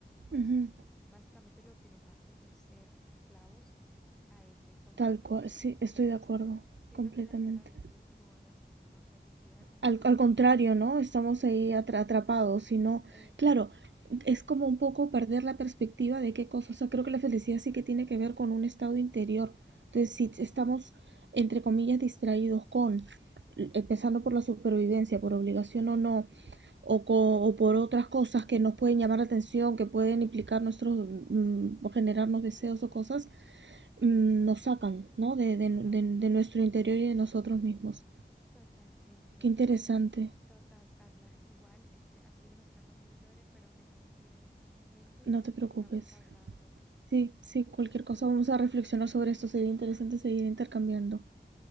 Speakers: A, in the centre; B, on the right.
A: pues
B: ujú.
A: básicamente lo que nos hace es ser esclavos a ese consumismo.
B: Tal cual. Sí, estoy
A: Entonces,
B: de acuerdo
A: siento
B: completamente.
A: que la esclavitud no garantiza una felicidad ni
B: Al,
A: tampoco
B: al contrario,
A: te la brinda.
B: ¿no? Estamos
A: Sí,
B: ahí atra- atrapados, sino,
A: exacto.
B: claro, es como un poco perder la perspectiva de qué cosas. O sea, creo que la felicidad sí que tiene que ver con un estado interior. Entonces, si
A: Sí.
B: estamos, entre comillas, distraídos con, eh, empezando por la supervivencia, por obligación o no, o, co-
A: Ujú,
B: o por otras cosas que nos pueden llamar la atención, que pueden implicar nuestros, mm, o generarnos deseos o cosas mm, nos sacan, ¿no? De,
A: Exacto.
B: de- de- de nuestro interior y de nosotros mismos.
A: Totalmente.
B: Qué interesante.
A: Total, Carla. Igual, este ha sido una charla muy chévere, pero me tengo que ir en estos momentos
B: No te preocupes.
A: y estamos hablando.
B: Sí, sí, cualquier cosa vamos a reflexionar sobre esto. Sería interesante seguir intercambiando.